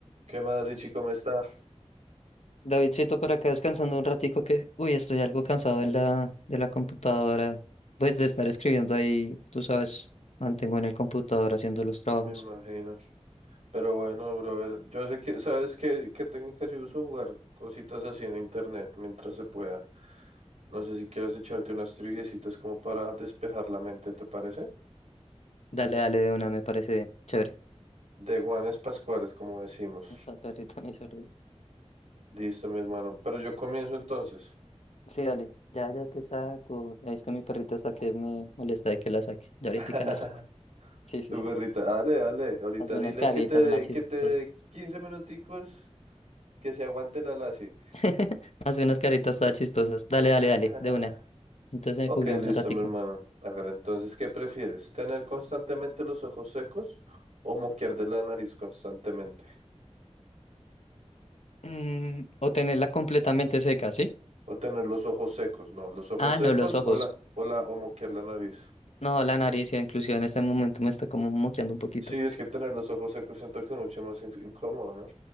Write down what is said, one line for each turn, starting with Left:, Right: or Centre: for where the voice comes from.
Right: ¿Qué más, Richie? ¿Cómo está?
Left: Davidcito, por acá descansando un ratico que, uy, estoy algo cansado de la, de la computadora, pues de estar escribiendo ahí, tú sabes, mantengo en el computador haciendo los trabajos.
Right: Me imagino. Pero bueno, brother, yo sé que, ¿sabes qué, qué técnica yo uso? Jugar cositas así en internet mientras se pueda. No sé si quieres echarte unas triviecitas como para despejar la mente, ¿te parece?
Left: Dale, dale de una, me parece chévere.
Right: De guanes pascuales, como decimos.
Left: Esta perrita me hizo reír.
Right: Listo, mi hermano. Pero yo comienzo entonces.
Left: Sí, dale, ya, ya te saco. Es que mi perrita hasta que me molesta de que la saque. Ya ahorita
Right: <laughs>
Left: la saco. Sí, sí,
Right: Tu
Left: sí.
Right: perrita, dale, dale. Ahorita
Left: Hazme
Right: dile
Left: unas caritas
Right: que te dé,
Left: más chistosas.
Right: que te dé 15 minuticos, que se aguante la lazi.
Left: <laughs> Hazme unas caritas todas chistosas. Dale, dale,
Right: <laughs>
Left: dale, de una. Entonces
Right: Ok,
Left: juguemos
Right: listo,
Left: un ratico.
Right: mi hermano. Hágale, entonces, ¿qué prefieres? ¿Tener constantemente los ojos secos o moquear de la nariz constantemente?
Left: Mm, o tenerla completamente seca, ¿sí?
Right: O tener los ojos secos, no, los ojos
Left: Ah,
Right: secos
Left: no, los ojos.
Right: o la, o la, o moquear la nariz.
Left: No, la nariz, ya inclusive en este momento me está como moqueando un poquito.
Right: Sí, es que tener los ojos secos siento que es mucho más in- incómodo, ¿no?